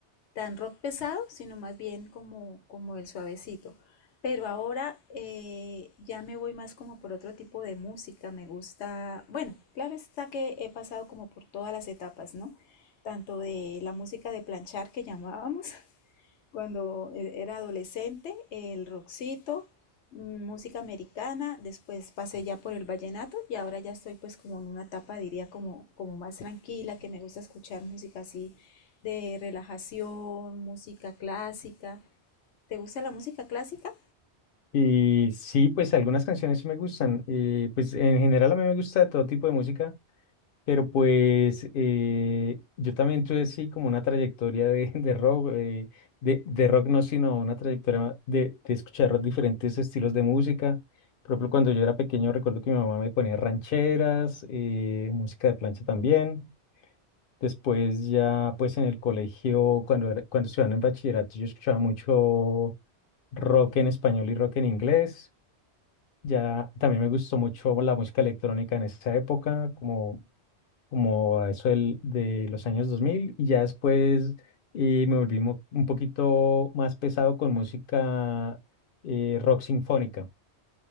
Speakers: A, on the left (about 85°); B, on the left (about 60°).
A: tan rock pesado, sino más bien como, como el suavecito. Pero ahora eh, ya me voy más como por otro tipo de música, me gusta, bueno, claro está que he pasado como por todas las etapas, ¿no? Tanto de la música de planchar que llamábamos, <laughs> Cuando e- era adolescente, el rockcito, mm, música americana, después pasé ya por el vallenato y ahora ya estoy pues como en una etapa, diría, como, como más tranquila, que me gusta escuchar música así de relajación, música clásica. ¿Te gusta la música clásica?
B: Y sí, pues algunas canciones sí me gustan. eh, pues en general a mí me gusta todo tipo de música, pero pues eh, yo también tuve sí como una trayectoria de, <laughs> de rock, eh, de, de rock no, sino una trayectoria de, de escuchar diferentes estilos de música. Por ejemplo, cuando yo era pequeño recuerdo que mi mamá me ponía rancheras, eh, música de plancha también. Después ya, pues en el colegio, cuando, era- cuando estudiaba en bachillerato, yo escuchaba mucho rock en español y rock en inglés. Ya también me gustó mucho la música electrónica en esa época, como, como a eso del- de los años dos mil Y ya después eh, me volví mo- un poquito más pesado con música eh, rock sinfónica.